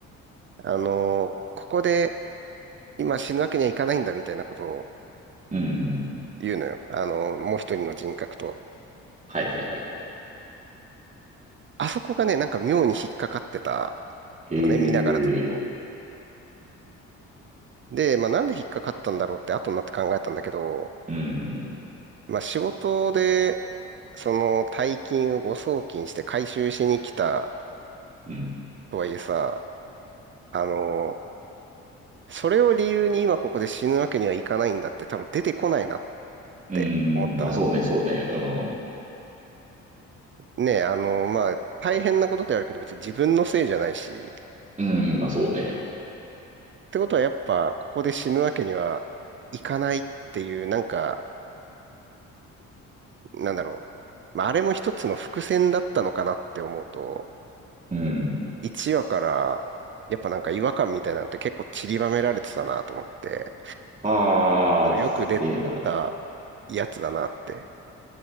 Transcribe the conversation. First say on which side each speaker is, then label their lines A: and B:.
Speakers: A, on the right (about 40°); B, on the right (about 25°).
A: あの、ここで今死ぬわけにはいかないんだみたいなことを、
B: うん。
A: 言うのよ。あの、もう一人の人格と。
B: はいはいはいはい。
A: あそこがね、なんか妙に引っかかってた
B: へ
A: のね、見ながらだと。
B: え。
A: で、まあなんで引っかかったんだろうって後になって考えたんだけど、
B: うん。
A: まあ仕事で、その大金を誤送金して回収しに来た
B: うん。
A: とはいえさ、あの、それを理由に今ここで死ぬわけにはいかないんだって多分出てこないなっ
B: うん。
A: て思ったのよ。
B: あ、そうね、そうね。うん。
A: ねえ、あの、まあ大変なことではあるけど別に自分のせいじゃないし、
B: うん、まあそうね。
A: ってことはやっぱ、ここで死ぬわけにはいかないっていう、なんか、なんだろう。まあ、あれも一つの伏線だったのかなって思うと、
B: うん。
A: 1話から、やっぱなんか違和感みたいなのって結構散りばめられてたなと思って、
B: ああ、
A: そうよく出た
B: すげえな。
A: やつだなって、